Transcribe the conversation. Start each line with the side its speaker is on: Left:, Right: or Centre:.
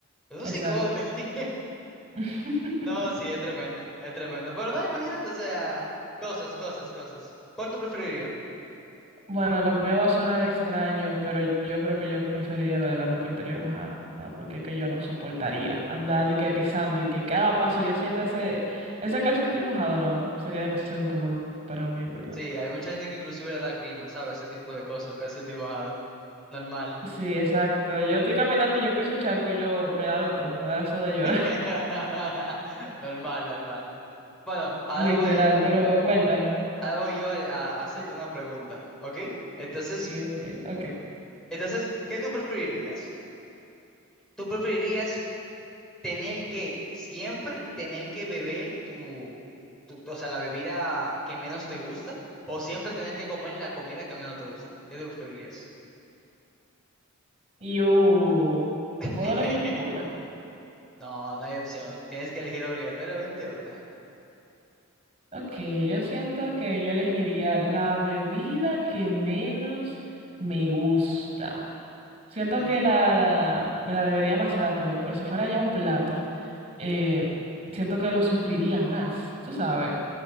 Centre: Un
Right: Exacto.
Centre: cicote. <laughs>
Right: <laughs>
Centre: No, sí, es tremendo, es tremendo. Pero no, imagínate, o sea, cosas, cosas, cosas. ¿Cuál tú preferirías?
Right: Bueno, lo mío va a sonar extraño, pero yo creo que yo preferiría lo de la ropa interior mojada, porque es que yo no soportaría andar y que pisando y que cada paso yo sienta ese, ese calcetín mojado, no, sería demasiado incómodo para mí, en verdad.
Centre: Sí, hay mucha gente que inclusive le da grima, ¿sabes? Ese tipo de cosas, un calcetín mojado. Normal.
Right: Sí, exacto. Yo estoy caminando y yo piso un charco y yo me da de todo, me da eso de llorar,
Centre: <laughs> Normal, normal. Bueno,
Right: <laughs>
Centre: ahora
Right: literal,
Centre: voy,
Right: pero cuéntame.
Centre: ahora voy yo eh, a, a hacerte
Right: Eh,
Centre: una pregunta, ¿ok? Entonces,
Right: Sí, ok, ok.
Centre: entonces, ¿qué tú preferirías? ¿Tú preferirías tener que siempre tener que beber tu, tu, o sea, la bebida que menos te gusta o siempre tener que comer la comida que menos te gusta? ¿Qué tú preferirías?
Right: Y uh,
Centre: <laughs>
Right: ¿puedo elegir ninguna?
Centre: No, no hay opción. Tienes que elegir obligatoriamente una.
Right: Ok, yo siento que yo elegiría la bebida que menos me gusta. Siento
Centre: Ujú,
Right: que la, me la bebería más rápido, pero si fuera ya un plato, eh, siento que lo sufriría más, tú sabes.